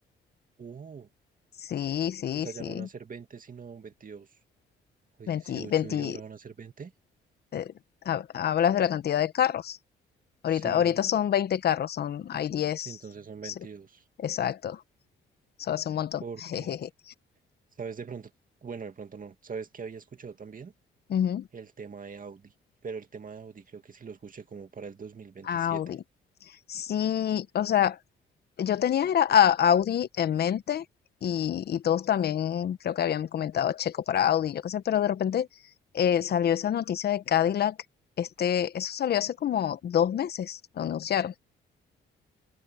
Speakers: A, on the right; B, on the left.
A: uh,
B: Sí, sí,
A: o sea,
B: sí.
A: ya no van a ser 20, sino 22 o 18
B: 20, 20.
A: y ahora van a ser 20.
B: eh, ha- hablas de la cantidad de carros. Ahorita,
A: Sí,
B: ahorita son 20 carros, son, hay 10.
A: sí, entonces son 22.
B: Sí, exacto. Eso hace un montón.
A: Porque,
B: <laughs> Jejeje.
A: ¿sabes de pronto? Bueno, de pronto no. ¿Sabes que había escuchado también?
B: Ujú.
A: El tema de Audi, pero el tema de Audi creo que sí lo escuché como para el dos mil veintisiete.
B: Audi. Sí, o sea, Yo tenía era a Audi en mente y, y todos también creo que habían comentado Checo para Audi, yo qué sé, pero de repente eh, salió esa noticia de Cadillac, este, eso salió hace como dos meses, lo anunciaron